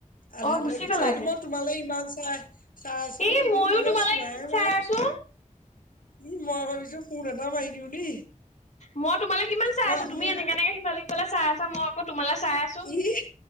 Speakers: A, on the left; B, on the left.
A: আধাতে
B: অ
A: গুচি
B: গ'লাগে
A: আহিলোঁ। মই তোমালে ইমান চাই, চাই আছিলোঁ,
B: এ
A: তুমি
B: মইয়ো
A: মোলে
B: তোমালে
A: চোৱাই
B: ইমান চাই
A: নাই।
B: আছো
A: ই মই ভাবিছো ফোন এটা মাৰি দিওঁ দেই।
B: মই তোমালে কিমান চাই
A: মই
B: আছোঁ, তুমি
A: মোক
B: এনেকে কেনেকে সিফালে সিফাল চাই আছা মই আক ' তোমালে চাই আছোঁ।
A: হিহ্,